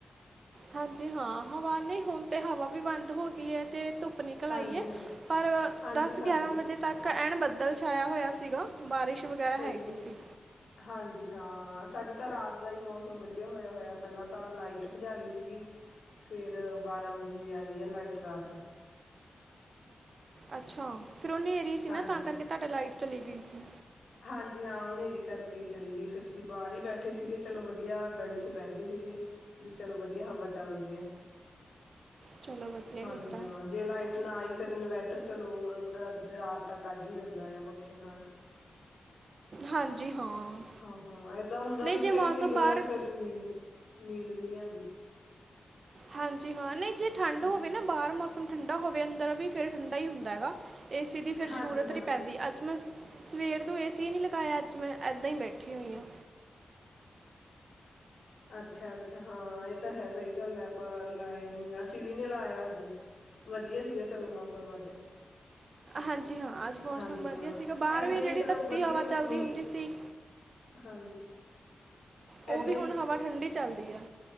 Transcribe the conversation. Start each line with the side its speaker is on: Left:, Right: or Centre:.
Right: ਹਾਂਜੀ, ਹਾਂ ਹਵਾ ਨਈ ਹੁਣ ਤੇ ਹਵਾ ਵੀ ਬੰਦ ਹੋ ਗਈ ਐ ਤੇ ਧੁਪ ਨਿਕਲ
Left: ਹਾਂਜੀ
Right: ਆਈ ਐ
Left: ਹਾਂ
Right: ਪਰ
Left: ਹਾਂਜੀ
Right: ਦਸ
Left: ਸਾਡੇ
Right: ਗਿਆਰਾਂ
Left: ਵੀ
Right: ਵਜੇ ਤੱਕ ਐਨ ਬੱਦਲ ਛਾਇਆ ਹੋਇਆ ਸੀਗਾ। ਬਾਰਿਸ਼ ਵਗੈਰਾ
Left: ਸਹੀ
Right: ਹੈਗੀ
Left: ਗੱਲ
Right: ਸੀ।
Left: ਹਾਂਜੀ, ਹਾਂ ਸਾਡੀ ਤਾਂ ਰਾਤ ਦਾ ਈ ਮੌਸਮ ਵਧੀਆ ਹੋਇਆ, ਹੋਇਆ ਪਹਿਲਾਂ ਤਾਂ ਲਾਈਟ ਭਜਾ ਲੀ ਸੀਗੀ। ਫ਼ੇਰ ਬਾਰ੍ਹਾਂ ਵਜੇ ਆਈ ਆ ਲਾਈਟ ਰਾਤ
Right: ਅੱਛਾ, ਫਿਰ ਉਹ ਹਨੇਰੀ ਸੀ
Left: ਹਾਂਜੀ
Right: ਨਾ, ਤਾਂ ਕਰਕੇ ਤੁਹਾਡੇ ਲਾਈਟ ਚਲੀ ਗਈ ਸੀ।
Left: ਹਾਂਜੀ, ਹਾਂ ਹਨੇਰੀ ਕਰਕੇ ਚਲੀ ਗਈ, ਫਿਰ, ਅਸੀਂ ਬਾਹਰ ਹੀ ਬੈਠੇ ਸੀਗੇ ਚਲੋ, ਵਧੀਆ ਗਲੀ ਚ ਬਹਿ ਗਏ ਸੀਗੇ। ਵੀ ਚਲੋ, ਵਧੀਆ, ਹਵਾ ਚਲਦੀ ਹੈ।
Right: ਚਲੋ ਵਧੀਆ
Left: ਹਾਂਜੀ,
Right: ਕੀਤਾ
Left: ਹਾਂ ਜੇ ਲਾਈਟ। ਨਾ ਆਈ ਫਿਰ, ਇਨਵੈਟਰ ਚਲੋ ਰਾਤ, ਤਾਂ ਕੱਢ ਹੀ ਦਿੰਦਾ ਆ, ਪੱਖੇ ਨਾਲ।
Right: ਹਾਂਜੀ, ਹਾਂ
Left: ਹਾਂ -ਹਾਂ, ਏਦਾਂ ਹੁੰਦਾ
Right: ਨਹੀਂ
Left: ਵੀ,
Right: ਜੇ
Left: ਏਸੀ
Right: ਮੌਸਮ
Left: ਬਗੈਰ,
Right: ਬਾਹਰ
Left: ਫੇਰ ਨੀਂਦ, ਨੀਂਦ ਵੀ ਨਹੀਂ ਆਉਂਦੀ।
Right: ਹਾਂਜੀ, ਹਾਂ ਨਹੀਂ ਜੇ ਠੰਡ
Left: ਹਮ
Right: ਹੋਵੇ ਨਾ ਬਾਹਰ, ਮੌਸਮ ਠੰਡਾ ਹੋਵੇ, ਅੰਦਰ ਵੀ ਫਿਰ, ਠੰਡਾ ਹੀ ਹੁੰਦਾ ਹੈਗਾ। ਏਸੀ ਦੀ, ਫਿਰ
Left: ਹਾਂਜੀ
Right: ਜ਼ਰੂਰਤ
Left: ਹਾਂ
Right: ਨਹੀਂ ਪੈਂਦੀ। ਅੱਜ ਮੈਂ ਸਵੇਰ ਤੋਂ, ਏਸੀ ਨਹੀਂ ਲਗਾਇਆ, ਅੱਜ ਮੈਂ ਇੱਦਾਂ ਹੀ ਬੈਠੀ ਹੋਈ ਹਾਂ।
Left: ਅੱਛਾ, ਅੱਛਾ ਹਾਂ ਇਹ ਤਾਂ ਹੈ। ਸਹੀ ਗੱਲ ਆਪਾਂ, ਲਾਇਆ ਨੀ, ਅਸੀਂ ਵੀ ਨੀ ਲਾਇਆ, ਅੱਜ ਵਧੀਆ ਸੀਗਾ, ਚਲੋ ਮੌਸਮ, ਅੱਜ
Right: ਹਾਂਜੀ, ਹਾਂ, ਅੱਜ ਮੌਸਮ,
Left: ਹਾਂਜੀ
Right: ਵਧੀਆ
Left: ਹਾਂ
Right: ਸੀਗਾ, ਬਾਹਰ
Left: ਏਦਾਂ
Right: ਵੀ
Left: ਹੀ
Right: ਜਿਹੜੀ
Left: ਚਲੋ
Right: ਤੱਤੀ
Left: ਵਧੀਆ
Right: ਹਵਾ
Left: ਮੀਂਹ
Right: ਚੱਲਦੀ ਹੁੰਦੀ ਸੀ।
Left: ਹਾਂਜੀ,
Right: ਉਹ,
Left: ਏਦਾਂ
Right: ਵੀ
Left: ਹੀ
Right: ਹੁਣ ਹਵਾ, ਠੰਡੀ
Left: ਚ-
Right: ਚੱਲਦੀ ਹੈ।